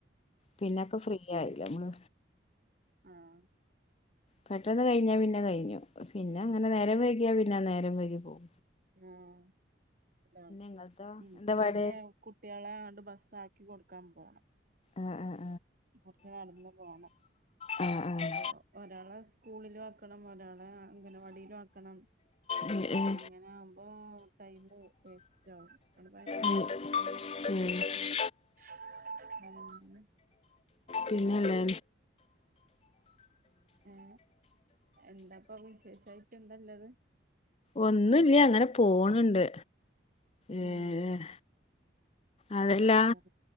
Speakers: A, on the left (about 35°); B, on the right (about 50°).
A: പിന്നൊക്കെ ഫ്രീ ആയില്ല നമ്മള്
B: ആഹ
A: പെട്ടെന്ന് കഴിഞ്ഞാ പിന്നെ കഴിഞ്ഞു പിന്നെ അങ്ങനെ നേരം വയ്‌കിയാ പിന്നെ നേരം വൈകി പോക
B: ആഹ
A: ഇങ്ങൾതോ
B: എനിക്ക്
A: എന്താ പാട്
B: പിന്നെ കുട്ടികളാണ്ട് ബസാക്കി കീ കൊടുക്കാൻ പോണം
A: ആഹ ആ
B: കുറച്ച് നടന്ന് പോണം
A: ഏഹ് ആഹ് ആഹ്
B: അപ്പൊ ഒരാള സ്കൂളിലും ആക്കണം ഒരാളെ അങ്കനവാടിയിലും ആക്കണം
A: ഉം ഉം
B: അങ്ങനെ ആകുമ്പോ ടൈം പോകും വേസ്റ്റ് ആകും അവിടെ
A: ഉം ഉം
B: ആ
A: പിന്നെല്ലേ
B: ആ എന്താപ്പൊ വിശേഷായിട്ട് എന്തല്ലത്
A: ഒന്നൂല്ല്യ അങ്ങനെ പോണണ്ട് ഏർ
B: ഉം
A: അതല്ല
B: പറ